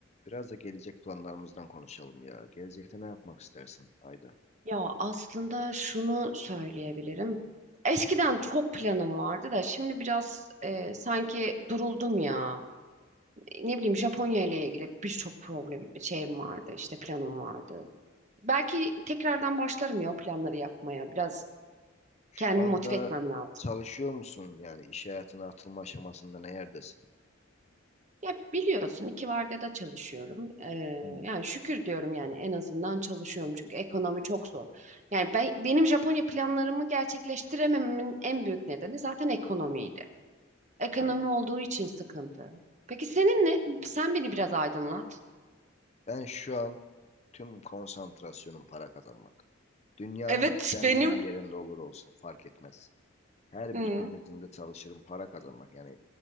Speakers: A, on the left; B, on the right.
A: Biraz da gelecek planlarımızdan konuşalım ya. Gelecekte ne yapmak istersin Ayda?
B: Ya aslında şunu söyleyebilirim. Eskiden çok planım vardı da şimdi biraz e, sanki duruldum ya. Ne bileyim Japonya ile ilgili birçok problem şeyim vardı işte planım vardı. Belki tekrardan başlarım ya o planları yapmaya. Biraz
A: Şu
B: kendimi
A: anda
B: motive etmem lazım.
A: çalışıyor musun? Yani iş hayatına atılma aşamasında ne yerdesin?
B: Ya biliyorsun iki vardiyada çalışıyorum. E,
A: Hmm,
B: yani şükür diyorum yani en azından çalışıyorum çünkü ekonomi çok zor. Yani ben benim Japonya planlarımı gerçekleştirememin en büyük nedeni zaten ekonomiydi. Ekonomi
A: aynen.
B: olduğu için sıkıntı. Peki senin ne? Sen beni biraz aydınlat.
A: Ben şu an tüm konsantrasyonum para kazanmak. Dünyanın
B: Evet
A: istenilen
B: benim
A: bir yerinde olur olsun fark etmez. Her
B: Hmm.
A: bir köşesinde çalışırım para kazanmak. Yani